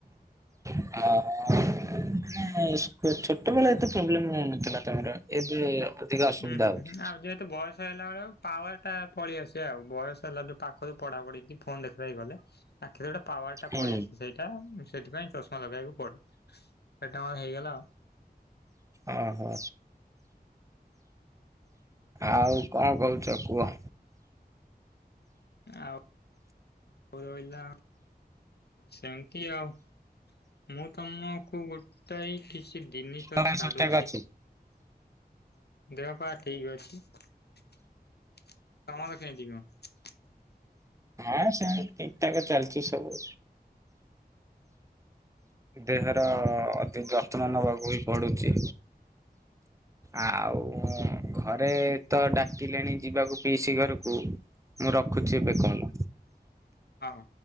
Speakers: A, on the right; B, on the left.
A: ହ ଛୋଟବେେ ଏତେ ପ୍ରୋବ୍ଲେମ ରଉନଥିଲା ତମର ଏବେ ଅଧିକା ଅସୁବିଧା
B: ହୁଁ
A: ହଉଛି।
B: ହୁଁ ଆଉ ଯେହେତୁ ବୟସ ହେଲା ବେଳେ ପାୱାର ଟା ପଳେଇଆସିବା ଆଉ ବୟସ ହେଲା ପାଖରୁ ପଢା ପଢିଛି ଫୋନ ଦେଖାି ଗଲେ ଆ କେତୋଟ ପାୱ ଟା
A: ହୁଁ
B: ପଡ ଆସେ ସେଇ ସେଟା ସେଥିପାଇଁ ଚଷମା ଲଗେଇବାକୁ ପଡ ସେଟା କର ହେଇଗଲା ଆଉ
A: ଓହୋ ଆଉ କଣ କରହୁଛ କୁହ
B: ଆଉ ରହିଲା ସେମତି ଆଉ ମୁଁ ତମକୁ ଗୋଟାଏ କିଛି ଜିନିଷ
A: ଆଉ
B: ଛାଡୁଛି
A: ସବୁ ଠିକ ଅଛି
B: ଦେହ ପା ଠିକ ଅଛି ତମର କେମିତି କଣ
A: ହଁ ସେ ଠିକ ଠାକ ଚାଲିଛି ସବୁ ଦେହର ଅତି ଯତ୍ନ ନେବାକୁ ହିଁ ପଡୁଛି ଆଉ ଘରେ ତ ଡାକିଲେଣି ଯିବାକୁ ପିଇସି ଘରକୁ ମୁଁ ରଖୁଛି ଏବେ କଣ
B: ହଁ